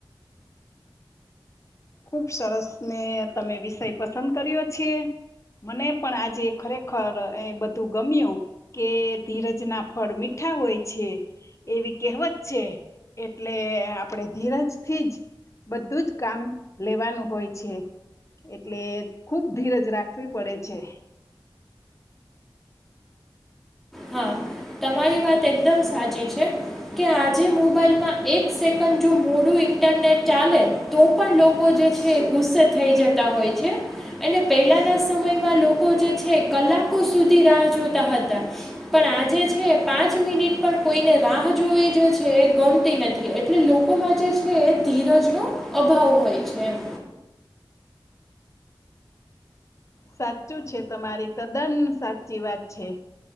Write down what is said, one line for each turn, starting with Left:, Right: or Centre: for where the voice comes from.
Left: ખુબ સરસ ને તમે વિષય પસંદ કર્યો છે. મને પણ આજે ખરેખર એ બધું ગમ્યું કે ધીરજ ના ફળ મીઠા હોય છે. એવી કહેવત છે, એટલે આપણેે ધીરજ થી જ બધું જ કામ લેવાનું હોય છે, એટલે ખુબ ધીરજ રાખવી પડે છે.
Centre: હા, તમારી વાત એકદમ સાચી છે. કે આજે મોબાઈલમાં એક સેકન્ડ જો મોડું ઇન્ટરનેટ ચાલે તો પણ લોકો જે છે ગુસ્સે થઈ જતા હોય છે. અને પહેલાના સમયમાં લોકો જે છે કલાકો સુધી રાહ જોતા હતા. પણ આજે છે, પાંચ મિનિટ પણ કોઈને રાહ જોવી જે છે એ ગમતી ન થી, એટલે લોકોમાં જે છે એ ધીરજનો અભાવ હોય છે એમ.
Left: સાચું છે, તમારી તદ્દન સાચી વાત છે.